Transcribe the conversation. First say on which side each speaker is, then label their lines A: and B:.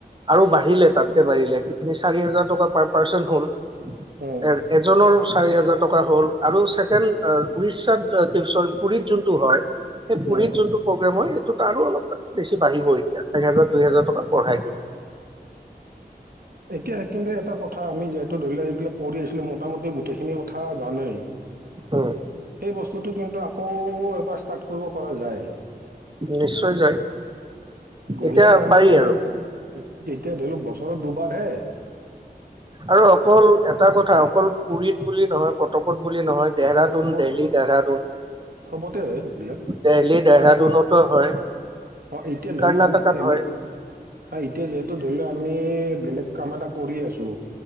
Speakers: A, on the right; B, on the right.
A: আৰু বাঢ়িলে তাতকে বাঢ়িলে তিনি চাৰি হাজাৰ টকা পাৰ পাৰ্চন হ
B: উম
A: এ এজনৰ চাৰি হাজাৰ টকা হ'ল আৰু ছেকেণ্ড উৰিষ্যাত কি পুৰীত যোনটো হয় স পুৰীত
B: উম
A: যোনটো প্ৰগ্ৰেম হয় সেইটোত আৰু অলপ মান বেছি বাঢ়িব এতিয়া এক হেজাৰ দুই হাজজাৰ টকা বঢ়াই দিয়
B: এতিয়া কিন্তু এটা কথা আমি যিহেতু ধৰি লওক এইবিলাক কৰি আছিলোঁ মোটামুটি গোটেইখিনি কথা জানেই
A: উম
B: সেই বস্তুটো কিন্তু আকৌ এবাৰ ষ্টাৰ্ট কৰিব পৰা যায়
A: নিশ্চয় যায়
B: গলে
A: এতিয়া
B: তাৰ মানে
A: পাৰি আৰু
B: উ এতিয়া ধৰি লওক বছৰত দুবাৰ হে
A: আৰু অকল এটা কথা অকল পুৰীত বুলি নহয় কটকত বুলি নহয় দেহৰাদুন
B: চবত
A: দেলহি দেহৰাদুন
B: চবতে হয় এইবিলাক
A: দেলহি দেহৰাদুনতো
B: ন
A: হয়
B: অ এতিয়া ধৰি
A: কৰ্ণাটকাত
B: লও আমি এমি
A: হয়
B: এতিয়া যিহেতু ধৰি লও আমি বেলেগ কাম এটা কৰি আছো